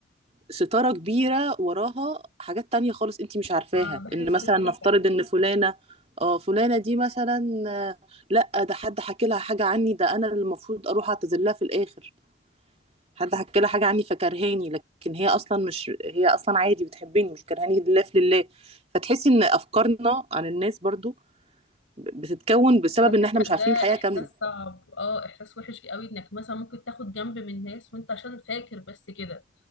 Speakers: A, on the right; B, on the left.
A: ستارة كبيرة وراها حاجات تانية خالص انتي مش عارفاها
B: ما بحس
A: ان مثلا
B: كده
A: نفترض
B: فعلا
A: ان فلانة اه فلانة دي مثلا آه، لا ده حد حكى لها حاجة عني ده انا اللي المفروض اروح اعتذر لها في الاخر حد حكى لها حاجة عني فكرهاني لكن هي اصلا مش هي اصلا عادي بتحبني مش كرهاني لله في لله فتحسي ان افكارنا عن الناس برضو بتتكون بسبب
B: على فكرة
A: ان احنا مش عارفين
B: ده
A: الحقيقة
B: إحساس
A: كاملة
B: صعب اه إحساس وحش قوي إنك مثلا ممكن تاخد جنب من ناس وأنت عشان فاكر بس كده